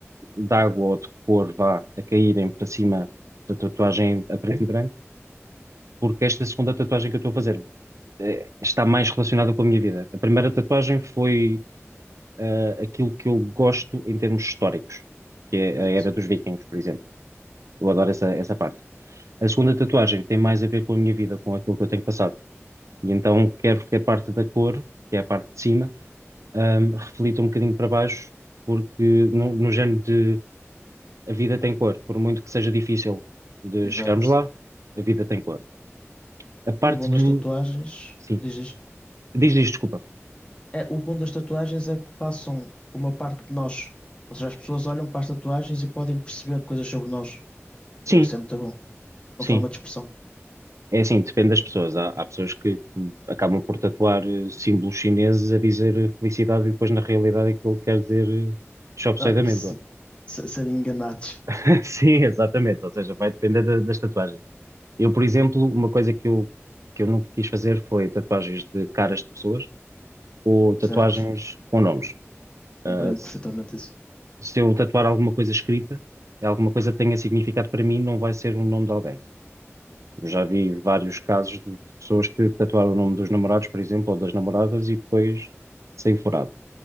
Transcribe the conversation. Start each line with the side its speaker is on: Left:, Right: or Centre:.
Right: de água ou de cor vá a caírem para cima da tatuagem a preto e branco, porque esta segunda tatuagem que eu estou a fazer eh, está mais relacionada com a minha vida. A primeira tatuagem foi eh, aquilo que eu gosto em termos históricos, que é
Left: Certo.
Right: a era dos vikings, por exemplo. Eu adoro essa, essa parte. A segunda tatuagem tem mais a ver com a minha vida, com aquilo que eu tenho passado. E então quero que a parte da cor, que é a parte de cima, ahm, reflita um bocadinho para baixo, porque no, no género de a vida tem cor, por muito que seja difícil de
Left: Exato.
Right: chegarmos lá, a vida tem cor. A parte
Left: E o bom das
Right: do.
Left: tatuagens,
Right: Sim,
Left: dizes,
Right: diz, diz, desculpa.
Left: é, o bom das tatuagens é que passam uma parte de nós. Ou seja, as pessoas olham para as tatuagens e podem perceber coisas sobre nós.
Right: Sim,
Left: E isso é muito bom. Uma
Right: sim.
Left: forma de expressão.
Right: É assim, depende das pessoas. Há, há pessoas que hum, acabam por tatuar eh, símbolos chineses a dizer eh, felicidade e depois na realidade aquilo quer dizer eh, chop
Left: Ah,
Right: suey de amêndoa.
Left: isso sim. Se- serem enganados.
Right: <laughs> Sim, exatamente. Ou seja, vai depender da- das tatuagens. Eu, por exemplo, uma coisa que eu, que eu nunca quis fazer foi tatuagens de caras de pessoas ou tatuagens
Left: Certo.
Right: com nomes. Ah,
Left: Compreendo
Right: se,
Left: perfeitamente isso.
Right: se eu tatuar alguma coisa escrita, é alguma coisa que tenha significado para mim, não vai ser o nome de alguém. Eu já vi vários casos de, de pessoas que tatuaram o nome dos namorados, por exemplo, ou das namoradas e depois saiu furado.